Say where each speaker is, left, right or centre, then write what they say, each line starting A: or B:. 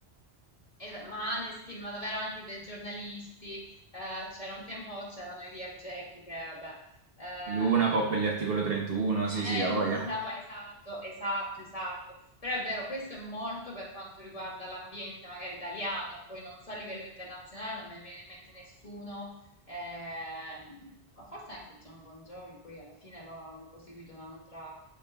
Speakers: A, on the left; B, on the right.
A: E Maneskin, ma davvero anche dei giornalisti. eh, c'era un tempo, c'erano i Dear Jack, che vabbè. ehm,
B: i Luna Pop e gli Articolo 31, sì,
A: eh,
B: sì, a voglia.
A: l'una, poi esatto, esatto, esatto. Però è vero, questo è molto per quanto riguarda l'ambiente, magari italiano, poi non so a livello internazionale, non me ne viene in mente nessuno, ehm, ma forse anche John Bon Jovi, poi alla fine loro hanno proseguito un'altra...